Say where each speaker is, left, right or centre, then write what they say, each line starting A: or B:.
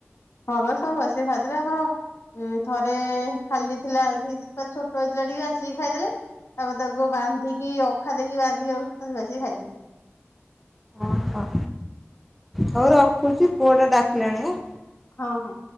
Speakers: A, on the left; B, in the centre.
A: ହଁ ବା ସବୁ ଆସି ଖାଇଦେଲେ ଆମର। ହୁଁ ଥରେ-ଏ-ଏ ଖାଲି ଥିଲା ଆସିକି ମାନେ ଛୋଟ ହେଇଥିଲା ଟିକେ ଆସିକି ଖାଇଦେଲେ। ତାପରେ ତାକୁ ବାନ୍ଧିକି ଅଖା ଦେଇକି ବାନ୍ଧିକି ବାସିକି ଖାଇଦେବି।
B: ଓହୋ ହଉ ରଖୁଛି ପୁଅ ଟା ଡାକିଲାଣି ଆ?
A: ହଁ ହଁ।